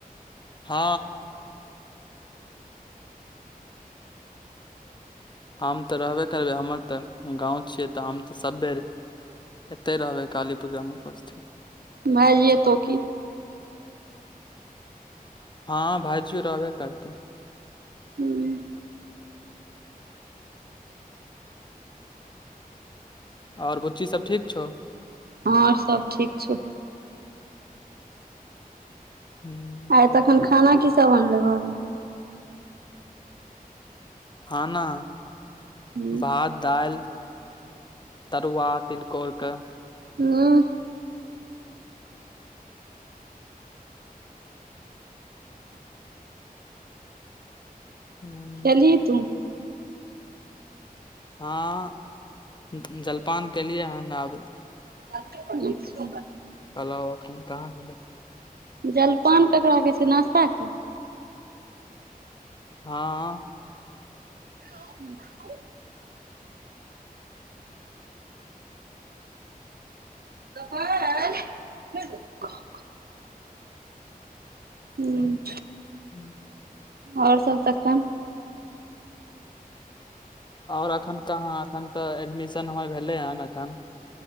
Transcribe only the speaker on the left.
ह हम तऽ रहबे करबै हमर तऽ गाव छियै तऽ हम तऽ सभ बेर एते रहबै काली पूजा मे उपस्थित
हँ भाइजीयो रहबे करतै
ओर बुच्ची सब ठीक छौ
हूँ
खाना
भात दाइल तरुआ तिलको कोर कऽ
हँ
हँ जलपान केलियै हन आब
कलाउ एखन कहाँ भेलै
हँ
<inaudible>
ओर एखन कहाँ एखन तऽ एडमिशन हमर भेले हन एखन